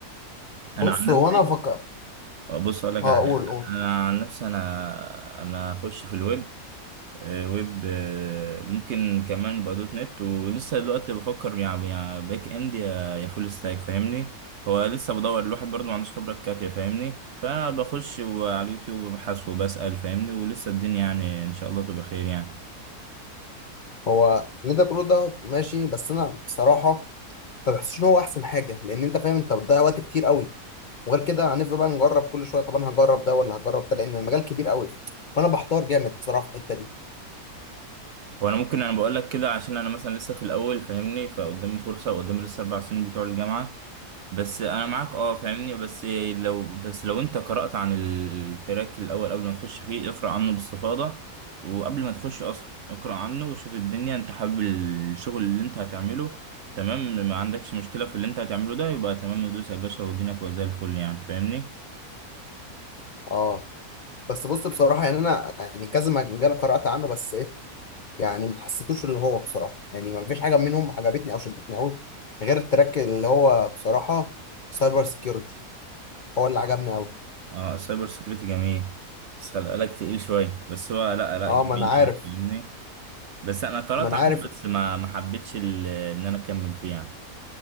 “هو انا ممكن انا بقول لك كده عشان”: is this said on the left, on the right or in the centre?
Right